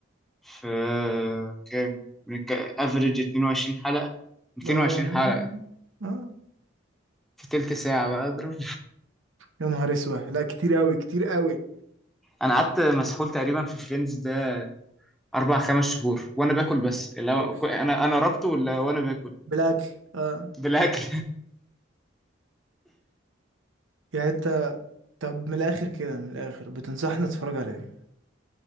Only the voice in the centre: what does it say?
في كام بنتك... افريج 22 حلقة 220
حلقة
في تلت ساعة بقى اضرب
انا قعدت مسحول تقريبا في فريندز ده اربع خمس شهور وانا باكل بس اللي هو...
انا انا ربطه ولا وانا باكل
بالاكل